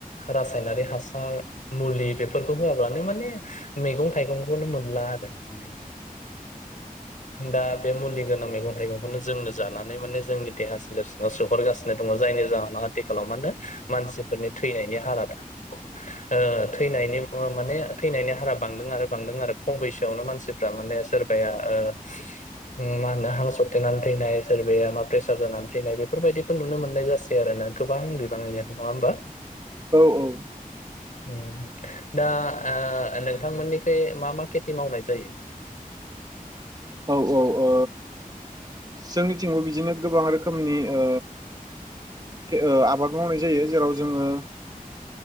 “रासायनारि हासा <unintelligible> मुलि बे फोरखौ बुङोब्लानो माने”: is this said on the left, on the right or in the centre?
Left